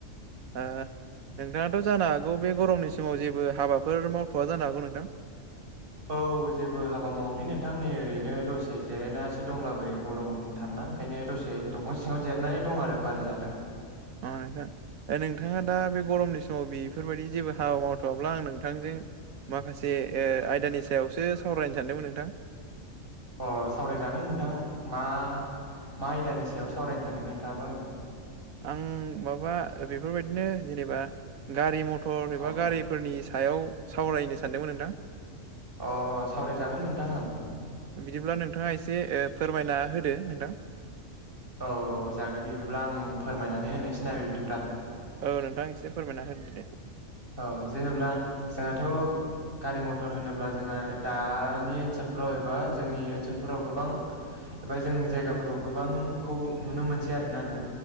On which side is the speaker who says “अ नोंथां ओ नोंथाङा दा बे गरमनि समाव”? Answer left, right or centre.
Right